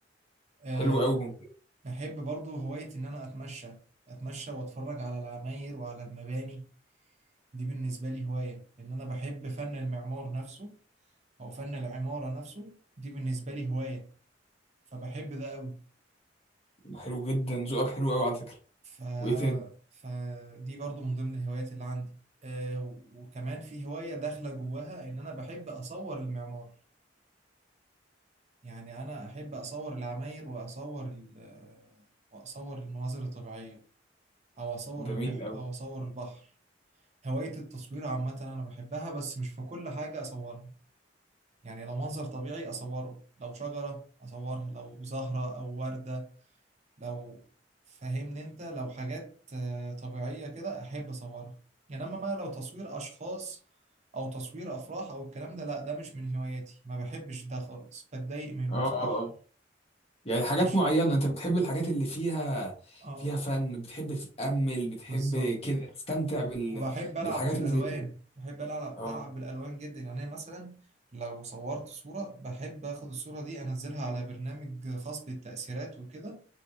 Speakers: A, on the right; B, on the left.
A: أه
B: حلو قوي ممتاز
A: بحب برضو هوايه ان انا اتمشى اتمشى واتفرج على العماير وعلى المباني دي بالنسبه لي هوايه ان انا بحب فن المعمار نفسه او فن العماره نفسه دي بالنسبه لي هوايه فبحب ده
B: حلو جدا ذوقك حلو قوي على فكره
A: ف...
B: وايه تاني
A: فدي برضو من ضمن الهوايات اللي عندي آه، وكمان في هواية داخلة جواها إن أنا بحب أصور المعمار يعني أنا أحب أصور العماير وأصور ال... آه، وأصور المناظر الطبيعية أو أصور
B: جميل
A: البحر
B: قوي
A: أو أصور البحر هواية التصوير عامة أنا بحبها بس مش في كل حاجة أصورها يعني لو منظر طبيعي أصوره لو شجرة أصورها لو زهرة أو وردة لو فاهمني انت لو حاجات آه، طبيعية كده احب اصورها انما بقى لو تصوير اشخاص او تصوير افراح او الكلام ده لا ده مش من هواياتي ما بحبش ده خالص بتضايق منه
B: اه
A: بصراحة
B: اه يعني حاجات
A: ماشي
B: معينة انت بتحب الحاجات اللي فيها
A: اه
B: فيها فن بتحب تتأمل بتحب
A: بالظبط
B: كده تستمتع بال...
A: وبحب العب
B: بالحاجات
A: بالالوان
B: اللي زي كده
A: بحب العب
B: اه
A: العب بالالوان جدا يعني أنا مثلا لو صورت صورة بحب اخد الصورة دي انزلها على برنامج خاص بالتأثيرات وكده